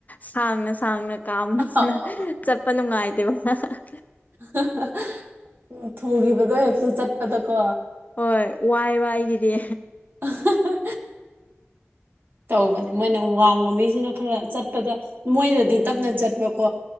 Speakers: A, on the left; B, on the right.
A: ꯁꯥꯡꯅ ꯁꯥꯡꯅ ꯀꯥꯝꯕꯅꯤꯅ
B: ꯑ
A: ꯆꯠꯄ ꯅꯨꯡꯉꯥꯏꯇꯦꯕ ꯍꯥ ꯍꯥ ꯍꯥ
B: ꯍꯥ ꯍꯥ ꯎ ꯊꯨꯒꯤꯕꯗꯣ ꯍꯦꯛꯇ ꯆꯠꯄꯗꯀꯣ
A: ꯍꯣꯏ ꯋꯥꯏꯌꯦꯕ ꯑꯩꯒꯤꯗꯤ
B: ꯑꯍꯥ ꯍꯥ ꯇꯧꯕꯅꯦ ꯃꯣꯏꯅ ꯋꯥꯡꯕ ꯃꯤꯁꯤꯅ ꯈꯔ ꯆꯠꯄꯗ ꯃꯣꯏꯅ
A: ꯎꯝ
B: ꯇꯞꯅ ꯆꯠꯄ ꯀꯣ